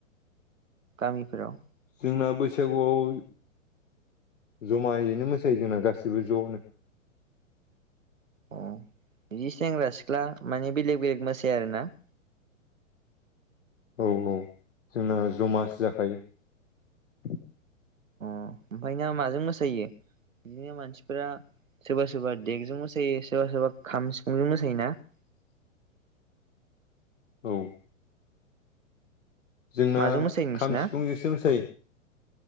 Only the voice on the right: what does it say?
गामिफोराव
अ बिदि सेंग्रा सिख्ला माने बेलेग बेलेग मोसाया आरोना <inaudible>
अ ओमफाय नोंहा माजों मोसायो बिदिनो मानसिफोरा सोरबा सोरबा देगजों मोसायो सोरबा सोरबा खाम सिफुंजों मोसायोना <inaudible>
माजों मोसायो नोंसिना